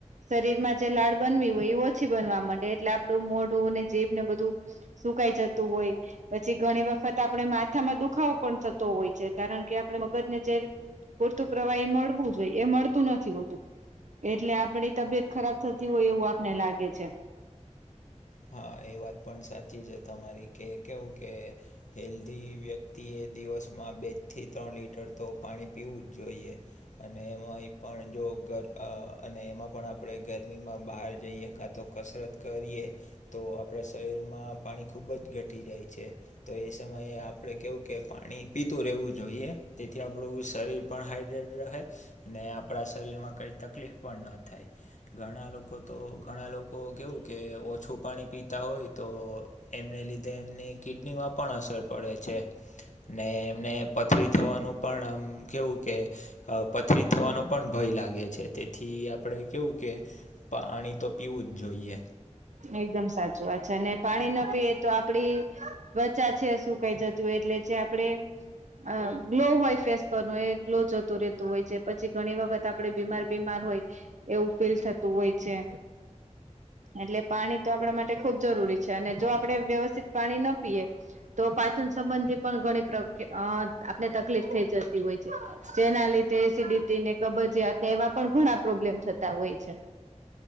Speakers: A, on the right (about 80°); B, on the left (about 85°).
A: શરીર માં જે લાડ બનવી હોય એ ઓછી બનવા માટે. એટલે આપડું મોઢું અને જીભ ને બધું સુકાય જતું તો હોય. પછી ઘણી વખત આપણે માથામાં દુખાવો પણ થતો હોય છે, કારણ કે આપણે મગજને જે પૂરતું પ્રવાહી મળવું જો હોય એ મળતું નથી હોતું. એટલે આપડી તબિયત ખરાબ થતી હોય એવું આપને લાગે છે.
B: હા એ વાત પણ સાચી છે તમારી, કે કેવું કે હેલ્ધી વ્યક્તિ તેએ દિવસમાં બે થી ત્રણ લીટર તો પાણી પીવું જ જોઈએ. અને એમાં એ પણ જો ગર અને એમાં પણ આપણે ગરમીમાં બહાર જઈએ કાં તો કસરત કરીએ તો આપણા શરીરમાં પાણી ખૂબ જ ઘટી જાય છે. તો એ સમયે આપડે કેવું કે પાણી પીતું રહેવું જોઈએ, તેથી આપડું શરીર પણ હાઈડ્રેડ રહે, અને આપણા શરીરમાં કાંઈ તકલીફ પણ ન થાય. ઘણા લોકો તો ઘણા લોકો કેવું કે ઓછું પાણી પીતા હોય તો એમને લીધે એમને કિડનીમાં પણ અસર પડે છે. ને એમને પથરી થવાનું પણ આમ કેવું કે અહ પથરી થવાનો પણ ભય લાગે છે. તેથી આપણે કેવું કે પાણી તો પીવું જ જોઈએ.
A: એકદમ સાચી વાત છે. અને પાણી ના પીએ તો આપડી <unintelligible> છે સૂકાઈ જતી હોય એટલે જે આપડે અહ ગ્લો હોય ફેસ પરનું એ ગ્લો જતું રહેતું હોય છે. પછી ઘણી વખત આપ પણે બીમાર-બીમાર હોય એવું ફીલ થતું હોય છે. એટલે પાણી તો આપણા માટે ખૂબ જરૂરી છે. અને જો આપડણે વ્યવસ્થિત પાણી ન પીએ તો પાચન સંબંધી પણ ઘણી પ્ર અહ આપને તકલીફ થઈ જતી હોય છે. જેના લીધ ધે એસિડિટી ને કબજિયાત એવા પણ ઘણા પ્રોબ્લેમ થતા હોય છે.